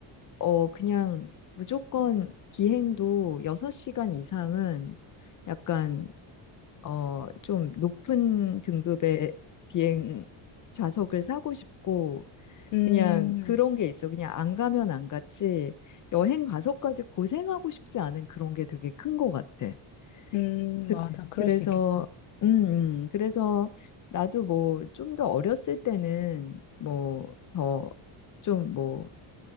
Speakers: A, on the left (about 40°); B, on the left (about 70°).
A: 어, 그냥 무조건 비행도 6시간 이상은 약간 어, 좀 높은 등급의 비행 좌석을 사고 싶고,
B: 음,
A: 그냥 그런 게 있어. 그냥 안 가면 안 갔지, 여행 가서까지 고생하고 싶지 않은 그런 게 되게 큰 것 같아.
B: 음,
A: 그,
B: 맞아. 그럴
A: 그래서,
B: 수 있겠다.
A: 음, 음, 그래서 나도 뭐 좀 더 어렸을 때는 뭐더좀뭐